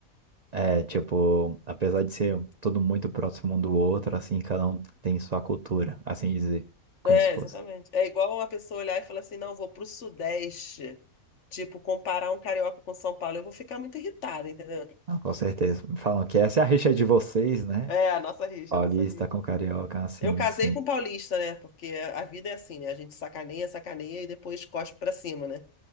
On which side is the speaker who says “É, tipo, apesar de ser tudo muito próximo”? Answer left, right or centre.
Right